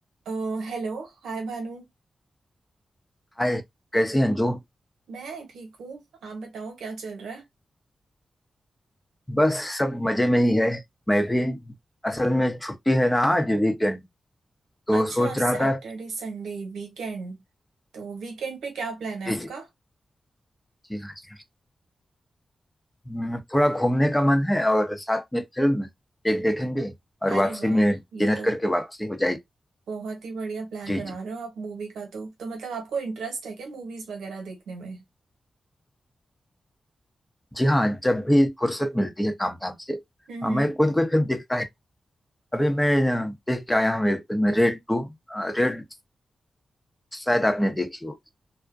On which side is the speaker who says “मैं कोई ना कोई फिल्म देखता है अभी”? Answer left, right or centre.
Left